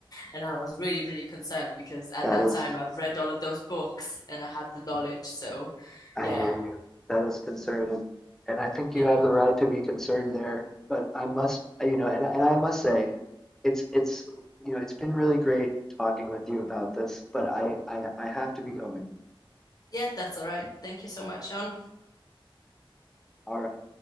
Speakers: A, on the left; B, in the centre.
A: And I was really, really concerned because at
B: That
A: that
B: is
A: time I've read all of those books and I had the knowledge. So
B: I
A: yeah,
B: hear you. That is concerning. And I think
A: yeah.
B: you have the right to be concerned there. But I must, you know, and, and I must say, it's it's you know, it's been really great talking with you about this, but I I, I have to be going.
A: Yeah, that's all right. Thank you so much, Sean.
B: All right.